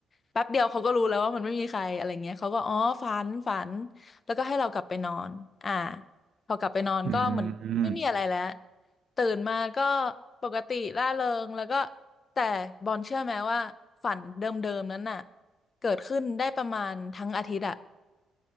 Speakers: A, on the left; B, on the right.
A: แป๊บเดียวเขาก็รู้แล้วว่ามันไม่มีใครอะไรเงี้ยเขาก็อ๋อฝันฝันแล้วก็ให้เรากลับไปนอนอ่าพอกลับไปนอนก็เหมือนไม่มีอะไรแล้ว
B: อืม
A: ตื่นมาก็ปกติร่าเริงแล้วก็แต่บอลเชื่อไหมว่าฝันเดิมๆนั้นน่ะเกิดขึ้นได้ประมาณทั้งอาทิตย์อะ